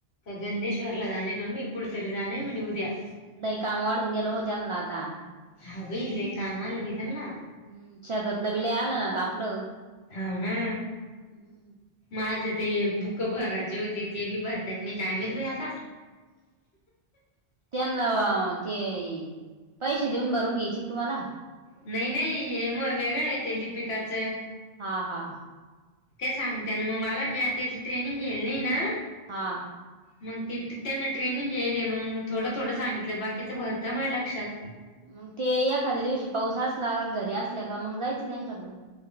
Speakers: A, on the left (about 80°); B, on the right (about 55°).
A: गंदश्वरला दने कणप इकड तरीदाा नाही मी उद्याया
B: नाही काम वाढून गेल होतना आता.
A: हवीले कामाल भ त्यांला.
B: हम्म शेतातलं बिला आलं नाता आपलं.
A: हवना.
B: हम्म.
A: माझ ते बुक भरायचे होते ते बी भरत्याकनी कायमेवे आता
B: <unintelligible> त्यांना ते पैसे देऊन भरून घ्यायचे तुम्हाला.
A: नाही नाही हे मग वेगळ येत लिपिकाचं.
B: हा हा.
A: ते सांगते ना मग मला मी त्याची ट्रेनिंग घेली नाही ना
B: हा.
A: मग ती त्यांना ट्रेनिंग घेले मग थोडं थोडं सांगितलं बाकीचं भर तर माझ लक्षात.
B: मग ते एखाद्या दिवशी पाऊस असला का घरी असल्या का मग जायचं त्यांच्याकडं.